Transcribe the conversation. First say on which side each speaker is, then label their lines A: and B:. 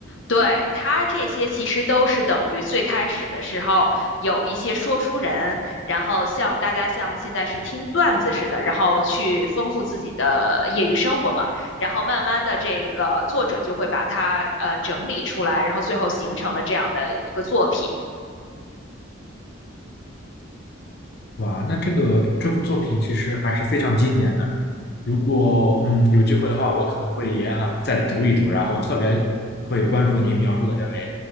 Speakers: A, on the left (about 70°); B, on the left (about 55°).
A: 对，他这些其实都是等于最开始的时候有一些说书人，然后像大家像现在是听段子似的，然后去丰富自己的业余生活嘛。然后慢慢的，这个作者就会把它呃整理出来，然后最后形成了这样的一个作品。
B: 哇，那这个这部作品其实还是非常经典的如果嗯有机会的话，我可能会也想再读一读，然后特别会关注您描述的这位